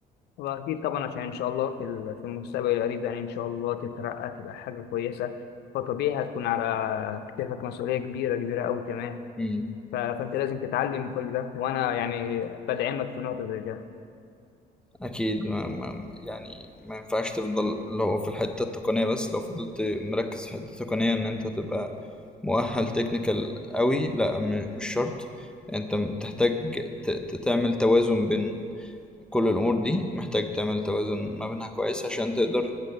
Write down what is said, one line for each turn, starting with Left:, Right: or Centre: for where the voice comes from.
Left: وأكيد طبعا عشان إن شاء الله في ال- في المستقبل القريب يعني إن شاء الله تترقى تبقى حاجة كويسة فطبيعي هتكون على كتافك مسؤولية كبيرة كبيرة أوي كمان
Centre: مم.
Left: ف- فأنت لازم تتعلم كل ده وأنا يعني بدعمك في نقطة زي كده
Centre: اكيد ما ما يعني ما ينفعش تفضل اللي هو في الحته التقنيه بس لو فضلت مركز في الحته التقنيه ان انت تبقى مؤهل تكنيكال قوي لا م- مش شرط انت م- تحتاج ت- ت- تعمل توازن بين كل الامور دي محتاج تعمل توازن ما بينها كويس عشان تقدر